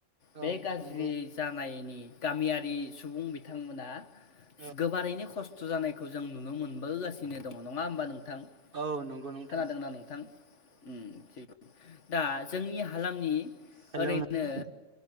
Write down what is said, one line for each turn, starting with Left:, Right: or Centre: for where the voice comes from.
Left: बे
Right: औ
Left: गाज्रि
Right: नंगौ
Left: जानायनि गामियारि सुबुं बिथांमोना
Right: औ
Left: गोबारैनो खस्थ खस्थ' जानायखौ जों नुनो मोनबोगासिनो दं नङा होमबा नों? थां
Right: औ नंगौ नोंथां
Left: खोनादोंना नोंथां? उम दा जोंनि हालामनि
Right: हेलौ
Left: ओरैनो
Right: नोंथां